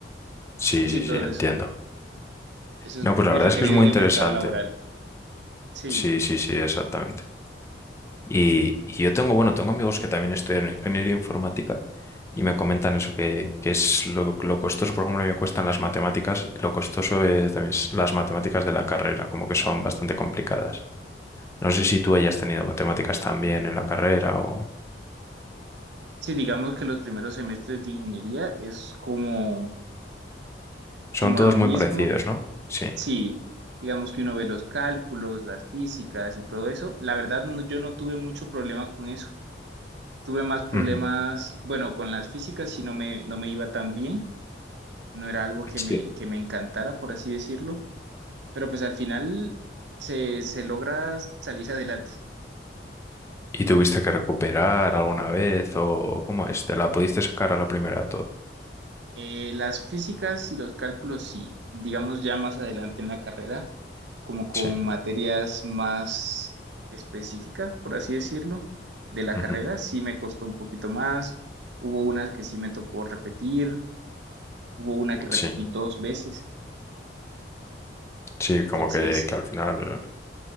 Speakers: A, on the left; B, on the right.
A: Sí,
B: Sí,
A: sí,
B: todo
A: sí, entiendo.
B: eso. Eso
A: No,
B: es
A: pues
B: muy
A: la verdad
B: requerido
A: es que es muy
B: en el
A: interesante.
B: mercado laboral. Sí.
A: Sí, sí, sí, exactamente. Y, y yo tengo, bueno, tengo amigos que también estudiaron ingeniería informática y me comentan eso, que, que es lo, lo costoso, por ejemplo, a mí me cuestan las matemáticas, lo costoso eh, también es las matemáticas de la carrera, como que son bastante complicadas. No sé si tú hayas tenido matemáticas también en la carrera o...
B: Sí, digamos que los primeros semestres de ingeniería es como,
A: Son
B: como
A: todos
B: lo mismo.
A: muy parecidos, ¿no? Sí.
B: Sí, digamos que uno ve los cálculos, las físicas y todo eso. La verdad, no- yo no tuve mucho problema con eso. Tuve más problemas,
A: Ujú.
B: bueno, con las físicas si no me, no me iba tan bien no era algo que
A: Sí.
B: me, que me encantara, por así decirlo, pero pues al final se, se logra salir adelante.
A: ¿Y tuviste que recuperar alguna vez o cómo es? ¿Te la pudiste sacar a la primera todo?
B: Eh, las físicas y los cálculos, sí, digamos ya más adelante en la carrera, como con
A: Sí,
B: materias más específicas, por así decirlo, de la
A: ujú,
B: carrera, sí me costó un poquito más, hubo unas que sí me tocó repetir, hubo una que repetí
A: Sí,
B: dos veces,
A: sí, como
B: entonces,
A: que, que al final